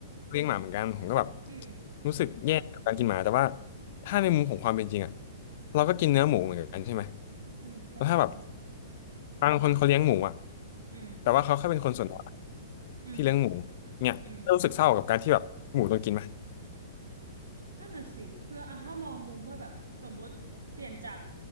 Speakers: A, on the left (about 45°); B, on the right (about 65°).
A: เลี้ยงหมาเหมือนกันผมก็แบบ
B: อืม
A: รู้สึกแย่กับการกินหมาแต่ว่าถ้าในมุมของความเป็นจริงอะเราก็กินเนื้อหมูเหมือนกันใช่ไหม
B: อืมใช่ใช่
A: แล้วถ้าแบบบางคนเขาเลี้ยงหมูอะ
B: อืม
A: แต่ว่าเขาแค่เป็นคนส่วนน้อย
B: อืม
A: ที่เลี้ยงหมูเนี่ยรู้สึกเศร้ากับการที่แบบหมูต้องกินไหม
B: อืม นั่นน่ะสิคืออ่ะถ้ามองมุมว่าแบบสมมติเปลี่ยนจาก